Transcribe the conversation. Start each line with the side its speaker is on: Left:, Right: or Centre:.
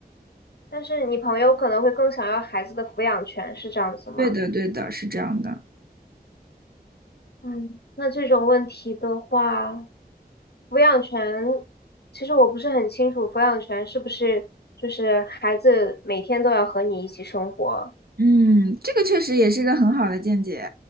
Left: 但是你朋友可能会更想要孩子的抚养权，是这样子吗？
Right: 对的，对的，是这样的。
Left: 嗯，那这种问题的话，抚养权，其实我不是很清楚，抚养权是不是就是孩子每天都要和你一起生活？
Right: 嗯，这个确实也是一个很好的见解。